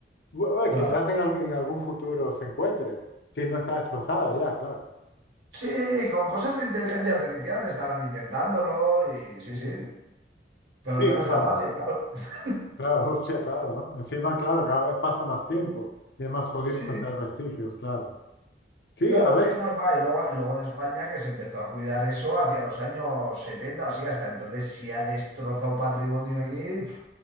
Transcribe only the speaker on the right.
claro.
Sí, con cosas de inteligencia artificial estarán intentándolo y sí, sí, pero
que no es
tan fácil, claro. <laughs>
Sí,
claro,
sí, no, va, y luego, luego en España que se empezó a cuidar eso hacia los años setenta así hasta entonces sí ha destrozado patrimonio aquí. pf,